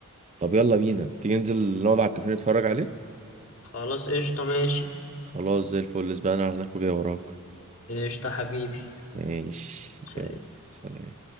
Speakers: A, on the right; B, on the left.
A: طب يلا بينا تيجي ننزل نقعد على الكافيه نتفرج عليه
B: خلاص قشطه ماشي
A: خلاص زي الفل اسبقنا على هناك وجاي وراك
B: قشطه حبيبي
A: ماشي
B: سلام
A: يلا سلام